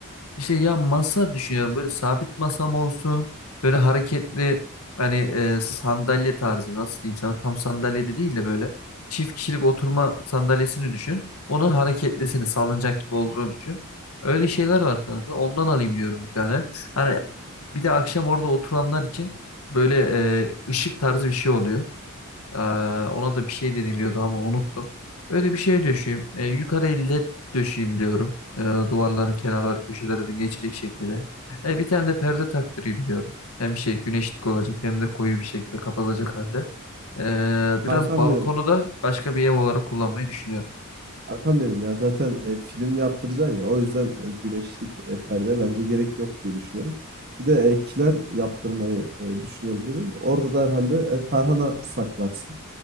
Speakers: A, on the left; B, on the right.
A: İşte ya masa düşünüyorum böyle sabit masam olsun böyle hareketli hani e, sandalye tarzı nasıl diyeyim sana tam sandalye de değil de böyle çift kişilik oturma sandalyesini düşün. Onun hareketlisini sallanacak gibi olduğunu düşün. Öyle şeyler var kanka ondan alayım diyorum bir tane. Hani
B: Hmm.
A: bir de akşam orada oturanlar için böyle e, ışık tarzı bir şey oluyor. Ee, ona da bir şey deniliyordu ama unuttum. Öyle bir şey döşeyim. Ee, yukarı elle döşeyim diyorum. Ee, duvarların kenarlar köşelerden geçecek şekilde. Ee, bir tane de perde taktırayım diyorum. Hem şey güneşlik olacak hem de koyu bir şekilde kapatacak halde. Ee, biraz
B: Kankam
A: balkonu
B: benim.
A: da başka bir ev olarak kullanmayı düşünüyorum.
B: Hakan benim ya zaten e, film yaptıracaksın ya o yüzden e, güneşlik e, perde bence gerek yok diye düşünüyorum. Bir de e, kiler yaptırmayı e, düşünüyorum dedim. Orada da herhalde e, tarhana saklarsın.